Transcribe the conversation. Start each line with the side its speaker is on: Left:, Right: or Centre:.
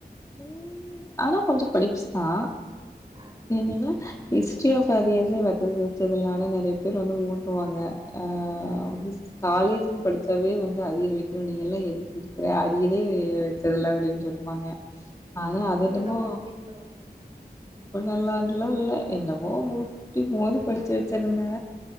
Left: உம் ஆனா கொஞ்ச படிப்ஸ் தா
Right: ஆ
Left: என்னது ஹிஸ்ட்ரி ஆஃப் அது எது <unintelligible> ஆனா நெறேய பேர் வந்து ஓட்டுவாங்க ஆ ஹிஸ் காலேஜுன் படிச்சாவே வந்து அரியர் வெக்கணும் நீயெல்லா எதுக் ர்க்கு அரியர் <unintelligible> வச்சதுல்ல அப்படின் சொல்லுவாங்க ஆனா
Right: ரொம்ப
Left: அது என்னமோ
Right: நல்லா படிப்பீங்களோ
Left: ம்ப நல்லாண்டுலா இல்ல என்னமோ முட்டி மோதி படிச்சு வச்சிருந்தே